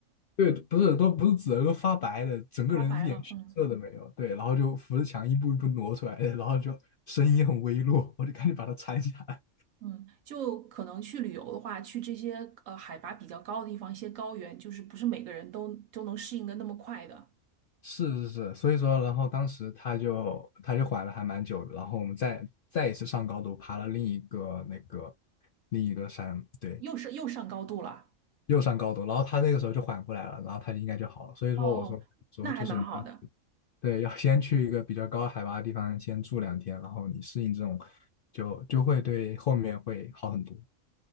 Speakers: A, on the left; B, on the right.
A: 对，不是都不是紫的，都发白的，
B: <laughs>
A: 整个人一点血色都没有。
B: 发白了，嗯
A: 对，然后就扶着墙一步一步挪出来，然后就声音很微弱，我就赶紧把他搀下来。
B: 嗯，就可能去旅游的话，去这些呃海拔比较高的地方，一些高原，就是不是每个人都都能适应的那么快的，
A: 是是是，所以说，然后当时他就他就缓了还蛮久的，然后我们再再一次上高度，爬了另一个那个另一个山，对，
B: 又是又上高度了，
A: 又上高度，然后他那个时候就缓过来了，然后他应该就好了。所以说，
B: 哦，
A: 我说说就是你
B: 那还蛮好的，
A: 对，要先去一个比较高海拔的地方先住两天，然后你适应这种，就就会对后面会好很多，